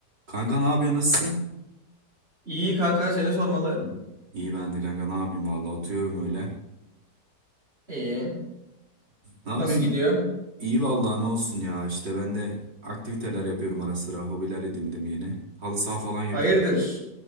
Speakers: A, on the right (about 85°); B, on the right (about 35°).
A: Kanka ne yapıyorsun? Nasılsın?
B: İyi kanka seni sormalı.
A: İyi ben de kanka ne yapayım valla oturuyorum öyle.
B: İyi.
A: Ne yapıyorsun?
B: Nasıl gidiyor?
A: İyi valla ne olsun ya işte ben de aktiviteler yapıyorum ara sıra hobiler edindim yeni. Halı saha falan yapıyorum.
B: Hayırdır?